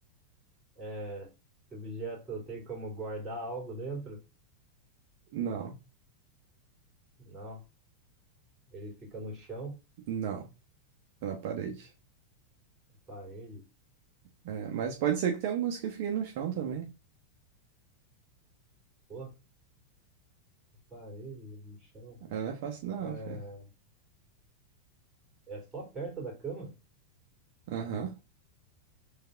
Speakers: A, on the right; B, on the right.
A: É... Esse objeto tem como guardar algo dentro?
B: não,
A: Não. Ele fica no chão,
B: não. É na parede.
A: na parede.
B: É, mas pode ser que tenha alguns que fiquem no chão também.
A: Porra, parede, no chão.
B: É, não é fácil não,
A: É,
B: filho.
A: é só perto da cama?
B: Aham.